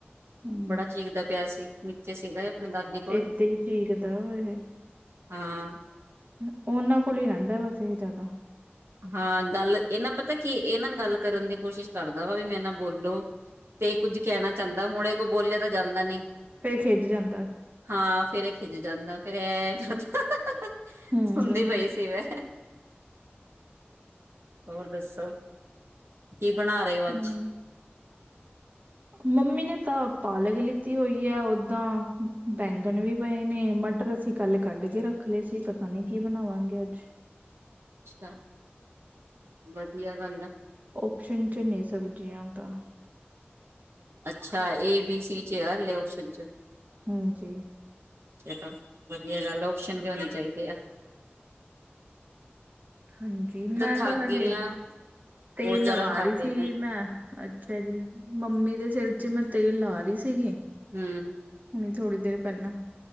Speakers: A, on the right (about 45°); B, on the right (about 80°).
A: ਹੂੰ
B: ਬੜਾ ਚਿੱਕਦਾ ਪਿਆ ਸੀ। ਸੀ ਏ ਆਪਣੀ ਦਾਦੀ ਕੋਲ
A: ਏਦਾਂ ਹੀ ਚੀਕਦਾ ਵਾ
B: ਹਾਂ।
A: ਓ ਓਨਾਂ ਕੋਲ ਈ ਰਹਿੰਦਾ ਬਸ ਇਹ ਜ਼ਿਆਦਾ।
B: ਹਾਂ ਗੱਲ, ਏ ਨਾ ਪਤਾ ਕੀ ਏ ਨਾ ਗੱਲ ਕਰਨ ਦੀ ਕੋਸ਼ਿਸ਼ ਕਰਦਾ ਵਾ ਕਿ ਮੇਰੇ ਨਾਲ ਬੋਲੋ। ਤੇ ਏ ਕੁਝ ਕਹਿਣਾ ਚਾਦਾ ਹੁਨ ਏਦੇ ਕੋਲੋਂ ਬੋਲਿਆ ਤਾਂ ਜਾਂਦਾ ਨੀ।
A: ਫਿਰ ਖਿੱਝ ਜਾਂਦਾ।
B: ਹਾਂ ਫੇਰ ਏ ਖਿਝ ਜਾਂਦਾ, ਫੇਰ ਐ ਐ‌ ਕਰਦਾ
A: ਹੂੰ
B: ਸੁਣਦੀ
A: ਹੂੰ
B: ਪਈ ਸੀ ਮੈਂ। ਹੋਰ ਦੱਸੋ, ਕੀ ਬਣਾ ਰੇ ਓ ਅੱਜ?
A: ਹੂੰ, ਮੰਮੀ ਨੇ ਤਾਂ ਪਾਲਕ ਲਿਤੀ ਹੋਈ ਐ, ਓਦਾਂ ਬੈਂਗਣ ਵੀ ਪਏ ਨੇ ਮਟਰ ਅਸੀਂ ਕੱਲ੍ਹ ਕੱਢ ਕੇ ਰੱਖਲੇ ਸੀ, ਪਤਾ ਨੀ ਕੀ ਬਣਾਵਾਂਗੇ ਅੱਜ।
B: ਅੱਛਾ, ਵਧੀਆ ਗੱਲ ਆ।
A: ਆਪਸ਼ਨ ਚ ਨੇ ਸਬਜ਼ੀਆਂ ਤਾਂ।
B: ਅੱਛਾ, ਏ ਬੀ ਸੀ ਚ ਆ, ਹਲੇ ਆਪਸ਼ਨ ਚ।
A: ਹਾਂਜੀ,
B: ਏ ਤਾਂ ਵਧੀਆ ਗੱਲ ਐ, ਆਪਸ਼ਨ ਵੀ ਹੋਨੇ ਚਾਈਦੇ ਆ।
A: ਹਾਂਜੀ, ਮੈਂ
B: ਥੱਕ
A: ਤਾਂ ਹਲੇ,
B: ਗਈ ਆ ਬਹੁਤ
A: ਤੇਲ
B: ਜ਼ਿਆਦਾ
A: ਲਗਾ
B: ਥੱਕ
A: ਰੀ
B: ਗਈ
A: ਸੀ ਮੈਂ, ਅੱਛਾ ਜੀ। ਮੰਮੀ ਦੇ ਸਿਰ ਚ ਮੈਂ ਤੇਲ ਲਾ ਰੀ ਸੀਗੀ।
B: ਹੂੰ,
A: ਹੁਨੀ ਥੋੜ੍ਹੀ ਦੇਰ ਪੈਲਾਂ।